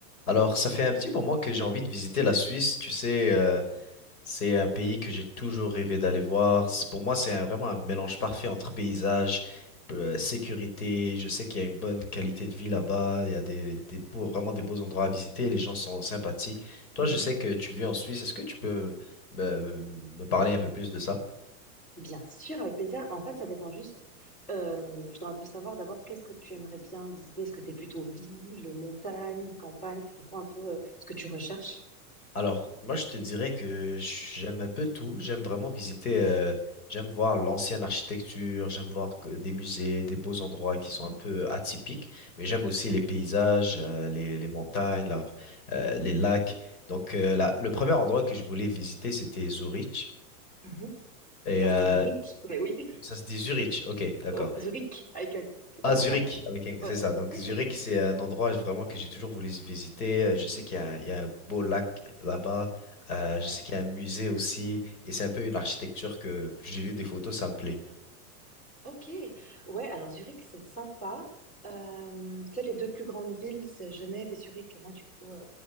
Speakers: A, on the left; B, on the left.
A: Alors, ça fait un petit moment que j'ai envie de visiter la Suisse. Tu sais, euh, c'est un pays que j'ai toujours rêvé d'aller voir. C'est- Pour moi, c'est un- vraiment un mélange parfait entre paysage, euh, sécurité. Je sais qu'il y a une bonne qualité de vie là-bas. Il y a des, des beaux, vraiment des beaux endroits à visiter. Les gens sont sympathiques.
B: Mhm.
A: Toi, je sais que tu vis en Suisse. Est-ce que tu peux euh, me parler un peu plus de ça?
B: Bien sûr, avec plaisir. En fait, ça dépend juste. euh, je dois un peu savoir d'abord qu'est-ce que tu aimerais bien visiter. Est-ce que tu es plutôt ville, montagne, campagne? Enfin, c'est quoi un peu euh, ce que tu recherches?
A: Alors, moi, je te dirais que j'aime un peu tout. J'aime vraiment visiter, euh, j'aime voir l'ancienne architecture, j'aime voir que- des musées, des beaux endroits qui
B: Mhm.
A: sont un peu atypiques, mais j'aime aussi les paysages, euh, les, les montagnes, la- euh, les lacs. Donc, euh, la- le premier endroit que je voulais visiter, c'était Zurich.
B: Mhm.
A: Et
B: Ça
A: euh,
B: se dit Zurich, mais oui, <laughs>
A: ça se dit Zurich, ok, d'accord.
B: Oh, Zurich, avec un, comme
A: Ah,
B: un
A: Zurich,
B: K.
A: avec un- c'est
B: Ouais.
A: ça. Donc,
B: <laughs>
A: Zurich, c'est un endroit vraiment que j'ai toujours voulu visiter. Euh,
B: Mhm.
A: Je sais qu'il y a un, il y a un beau lac là-bas. Euh,
B: Ouais.
A: je sais qu'il y a un musée aussi. Et c'est un peu une architecture que j'ai vu des photos, ça me plaît.
B: Ok, ouais, alors Zurich, c'est sympa. Euh, tu sais, les deux plus grandes villes, c'est Genève et Zurich. Et moi, du coup, euh,